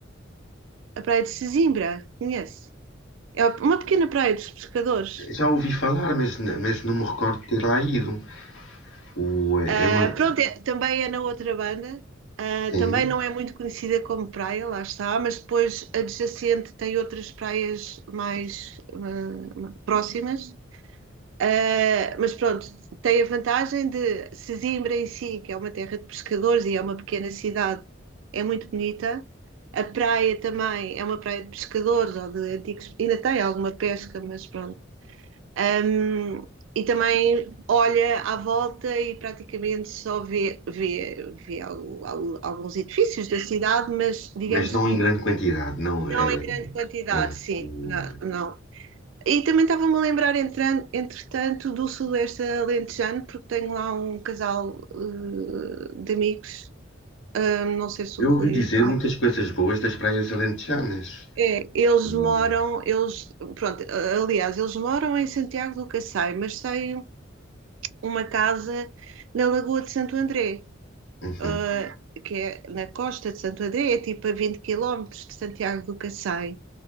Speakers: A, on the right; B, on the left.
A: a praia de Sesimbra, conhece? É uma pequena praia dos pescadores.
B: já ouvi falar, mas, mas não me recordo de ter lá ido. O, eh,
A: Ah,
B: é uma,
A: pronto, é- também é na outra banda, ah,
B: sim,
A: também não é muito conhecida como praia, lá está, mas depois adjacente tem outras praias mais ah, próximas. Ah, mas pronto, tem a vantagem de Sesimbra em si, que é uma terra de pescadores e é uma pequena cidade, é muito bonita. A praia também é uma praia de pescadores ou de antigos, ainda tem alguma pesca, mas pronto Ahm, e também olha à volta e praticamente só vê, vê, vê al- al- alguns edifícios da cidade, mas digamos
B: Mas não
A: que
B: em grande quantidade, não.
A: não
B: É,
A: em grande quantidade,
B: é,
A: sim,
B: o-
A: não, não. E também estava-me a lembrar, entran- entretanto, do Sudoeste Alentejano, porque tenho lá um casal eh, de amigos, Ahm, não sei se
B: eu
A: o Rui
B: ouvi dizer
A: já...
B: muitas coisas boas das praias alentejanas.
A: É, eles
B: O-
A: moram, eles, pronto, aliás, eles moram em Santiago do Cacém, mas sei uma casa na Lagoa de Santo André,
B: uhum.
A: uh, que é na costa de Santo André, é tipo a 20 quilómetros de Santiago do Cacém.